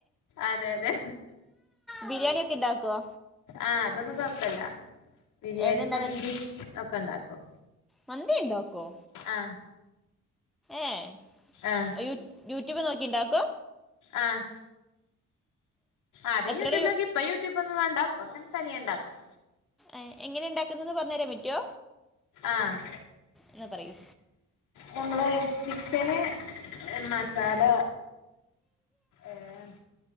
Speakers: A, on the left (about 80°); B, in the centre.
A: അതെ അതെ
B: ബിരിയാണി ഒക്കെ ഉണ്ടാക്കുവോ
A: ആഹ് അതൊന്നും കൊഴപ്പല്ല ബിരിയാണിം
B: എന്തുണ്ടാക്ക
A: മന്തീം ഒക്കെ ണ്ടാക്കും
B: മന്തിണ്ടാക്കോ
A: ആഹ്
B: ഏയ്
A: ആഹ്
B: യു യൂട്യൂബ് നോക്കി ണ്ടാക്കോ
A: ആഹ് ആദ്യം
B: എത്ര
A: യൂട്യൂബിലോക്കി
B: രൂ
A: ഇപ്പ യൂട്യൂബൊന്നും വാണ്ട പ്പങ്ങനെ തനിയെ ണ്ടാക്കും
B: എ എങ്ങനെണ്ടാക്കുന്നത് പർഞ്ഞെരാൻ പറ്റോ
A: ആഹ്
B: ന്നാ പറയൂ
A: നമ്മള് ചിക്കന് മസാല ഏഹ്